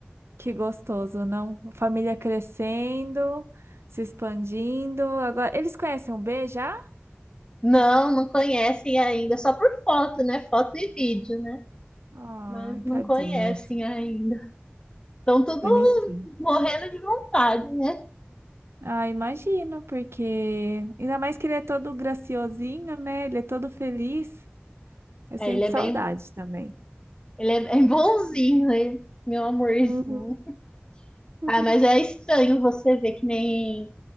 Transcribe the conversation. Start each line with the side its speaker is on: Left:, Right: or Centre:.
Right: que gostoso, não? A Família crescendo, se expandindo. Agora, eles conhecem o B já?
Left: Não, não conhecem ainda, só por foto, né? Foto e vídeo, né?
Right: Ai,
Left: Mas
Right: tadinhos.
Left: não conhecem ainda. Estão tudo
Right: Bonitinho.
Left: morrendo de vontade, né?
Right: Ah, imagino, porque ainda mais que ele é todo graciosinho, né? Ele é todo feliz. Eu
Left: É,
Right: sinto
Left: ele é
Right: saudade
Left: bem,
Right: também.
Left: ele é bem <laughs> bonzinho, né? Meu amorzinho.
Right: Uhum. <laughs>
Left: Ah, mas é estranho você ver que nem